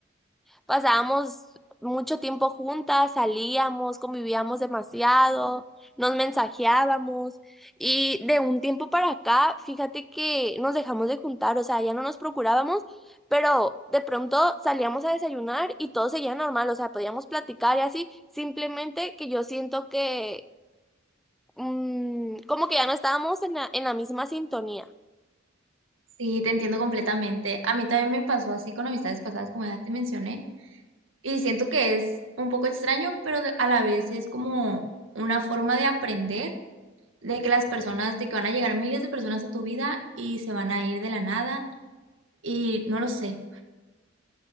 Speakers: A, in the centre; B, on the right.
A: pasábamos mucho tiempo juntas, salíamos, convivíamos demasiado, nos mensajeábamos y de un tiempo para acá, fíjate que nos dejamos de juntar, o sea, ya no nos procurábamos, pero de pronto salíamos a desayunar y todo seguía normal, o sea, podíamos platicar y así, simplemente que yo siento que mm, como que ya no estábamos en la, en la misma sintonía.
B: Sí, te entiendo completamente. A mí también me pasó así con amistades pasadas, como ya te mencioné, y siento que es un poco extraño, pero de- a la vez es como una forma de aprender de que las personas, de que van a llegar miles de personas a tu vida y se van a ir de la nada, y no lo sé,